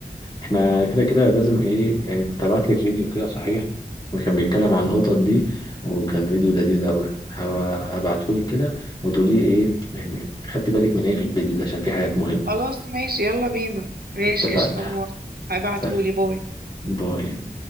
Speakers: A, on the left; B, on the right.
A: احنا كده كده لازم ايه يعني كنت ابعت لك فيديو كده صحيح وكان بيتكلم عن القطط دي وكان فيديو لذيذ قوي هبعته لك كده وتقولي ايه يعني خدت بالك من ايه في الفيديو ده عشان في حاجات مهمة
B: خلاص ماشي يلا بينا ماشي
A: اتفقنا
B: قشطة انا موافقة هبعتهولي
A: اتفق
B: باي
A: باي